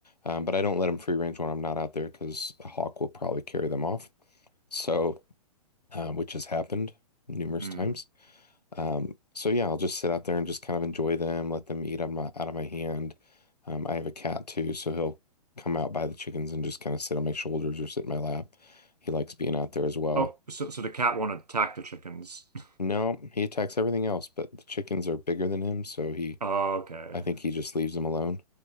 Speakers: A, on the left; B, on the right.
A: Um, but I don't let them free range when I'm not out there because a hawk will probably carry them off. So, um, which has happened numerous
B: Mm.
A: times. Um, so yeah, I'll just sit out there and just kind of enjoy them, let them eat on my out of my hand. Um, I have a cat too, so he'll come out by the chickens and just kind of sit on my shoulders or sit in my lap. He likes being out there as well.
B: Oh, so so the cat won't attack the chickens. <laughs>
A: No, he attacks everything else, but the chickens are bigger than him, so he
B: Okay.
A: I think he just leaves them alone.